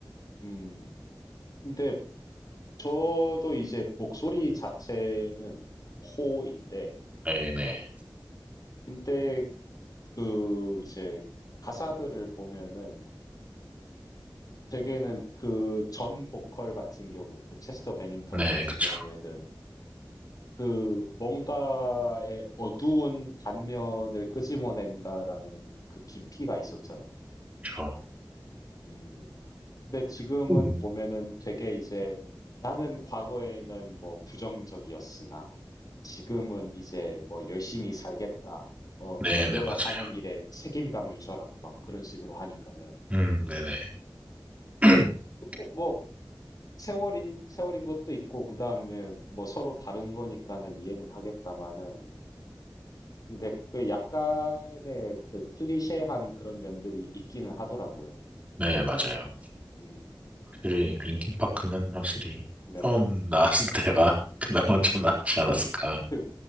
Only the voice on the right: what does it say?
네네.
네,
그쵸.
그쵸.
음.
네네,
맞아요.
음, 네네. <clears throat>
네, 맞아요.
확실히, 링킨파크는 확실히
처음 나왔을 때가 <laughs> 그나마 좀 낫지 않았을까.